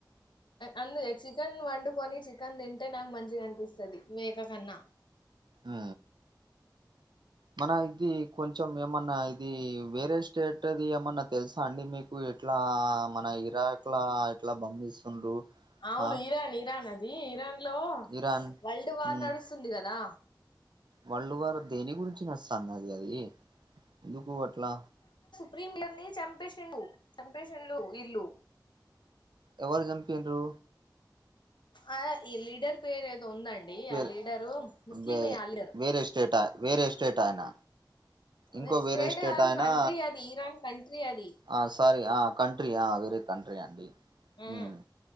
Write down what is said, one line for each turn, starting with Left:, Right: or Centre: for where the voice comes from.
Left: అన్ని తెచ్చి చికెన్ వండుకొని చికెన్ తింటే నాకు మంచిగ అనిపిస్తది మేక కన్నా
Right: ఆ మన ఇది కొంచెం ఏమన్నా ఇది వేరే స్టేట్ ది ఏమన్నా తెలుసా అండి మీకు ఎట్లా మన ఇరాక్ ల ఎట్లా పంపిస్తుండ్రు
Left: అవును
Right: ఆ
Left: ఇరాన్ ఇరాన్ అది ది ఇరాన్ ల్లో
Right: ఇరాన్
Left: వరల్డ్ వార్
Right: మ్
Left: నడుస్తుంది కదా
Right: వరల్డ్ వార్ దేని గురించి నడుస్తంది అది అది ఎందుకు అట్లా
Left: ప్రీమియర్ ని చంపేషిండు చంపేషిన్లు వీళ్ళు
Right: ఎవరు చంపిన్రు
Left: ఆ ఈ లీడర్ పేరు ఏదో ఉందండి
Right: వేరే
Left: ఆ లీడరు ముస్లిమే
Right: వే
Left: ఆ లీడర్
Right: వేరే స్టేట వేరే స్టేట్ ఆయనా
Left: అదే
Right: ఇంకో వేరే స్టేట్
Left: కాదు
Right: అయనా
Left: కంట్రీ అది ఇరాన్ కంట్రీ అది
Right: ఆ సారీ ఆ కంట్రీ ఆ వేరే కంట్రీ అండి
Left: ఉ
Right: మ్